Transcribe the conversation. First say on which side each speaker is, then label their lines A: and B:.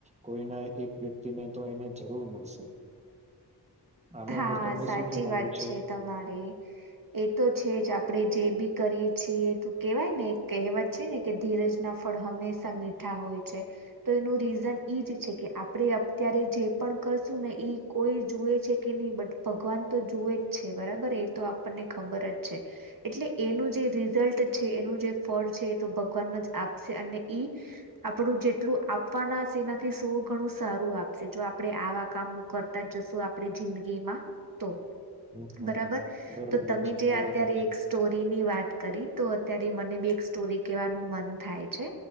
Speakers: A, on the right; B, on the right.
A: કોઈના એક વ્યક્તિને તો એને જરૂર મળશે આના
B: હા
A: ઉપર તમને
B: સાચી
A: શું કહેવાનું
B: વાત છે તમારે એ તો છે જ આપણેે જે બી કરી પછી એ કેહેવાય ને એક કહેવત છે ને કે ધીરજ ના ફળ હંમેશા મીઠા હોય છે તો એનું રીઝન એજ છે કે આપણે અત્યારે જે પણ કરશું ને એ કોઈ જુએ છે. નહી બટ ભગવાન તો જુએ જ છે બરાબર એ તો આપણને ખબર જ છે એટલે એનું જે રિઝલ્ટ છે એનું જે ફળ છે એ તો ભગવાન જ આપશે અને ઈ આપણું જેટલું આપવાના હશે એનાથી સો ઘણું સારું આપશે જો આપણે આવા કામ કરતા જ જશું આપડી જિંદગીમાં તો
A: હમ હમ
B: બરાબર
A: બરોબર
B: તો તમે
A: છે
B: જે
A: બરોબર
B: અત્યારે
A: છે
B: એક સ્ટોરીની વાત કરી તો અત્યારે મને બી એક સ્ટોરી કેવાનું મન થાય છે